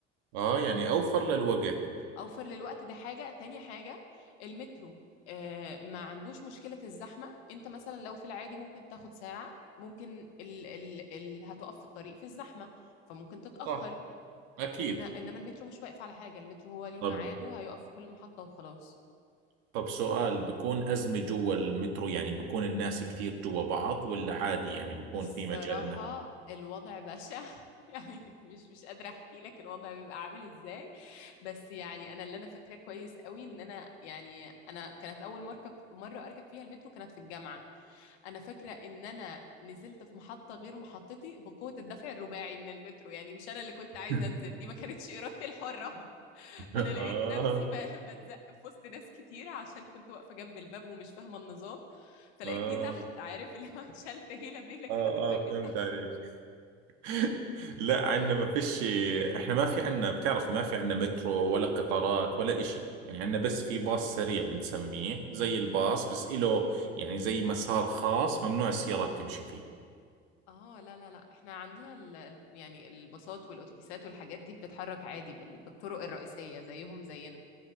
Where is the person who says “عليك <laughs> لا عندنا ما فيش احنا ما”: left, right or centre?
Right